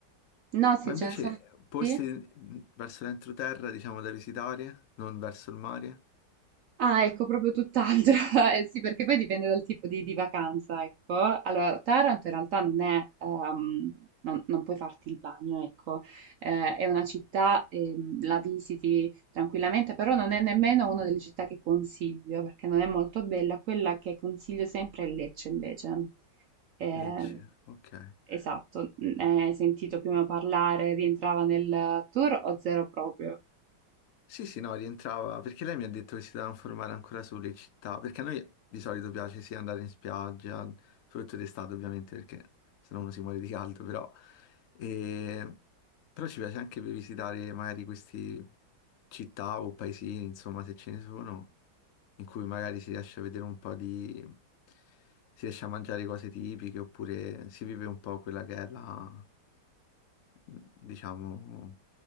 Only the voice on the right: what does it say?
No, sì,
ce ne sono.
Sì?
Ah, ecco, proprio tutt'altro. <laughs> Eh, sì, perché poi dipende dal tipo di, di vacanza, ecco. Allora, Taranto in realtà non è, ehm, non, non puoi farti il bagno, ecco. Eh, è una città, ehm, la visiti tranquillamente, però non è nemmeno una delle città che consiglio, perché non è molto bella. Quella che consiglio sempre è Lecce, invece. Ehm,
esatto, n- hai sentito prima parlare, rientrava nel tour o zero proprio?